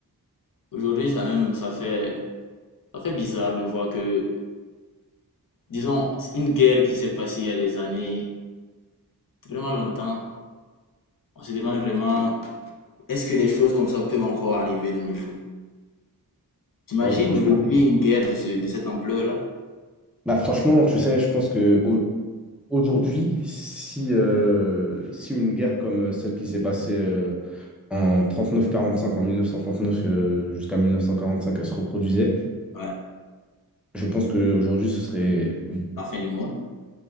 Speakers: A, on the left (about 60°); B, in the centre.
A: Aujourd'hui, ça même, ça fait, ça fait bizarre de voir que, disons, c'est une guerre qui s'est passée il y a des années, vraiment longtemps, on se demande vraiment, est-ce que des choses comme ça peuvent encore arriver de nos jours? T'imagines
B: Alors, franchement,
A: aujourd'hui une guerre de ce, de cette ampleur-là?
B: bah, franchement, tu sais, je pense que au- aujourd'hui, si, euh, si une guerre comme euh, celle qui s'est passée euh, en 39-45, en 1939 euh, jusqu'à 1945, elle se reproduisait,
A: Ouais,
B: je pense qu'aujourd'hui, ce serait
A: la fin du monde.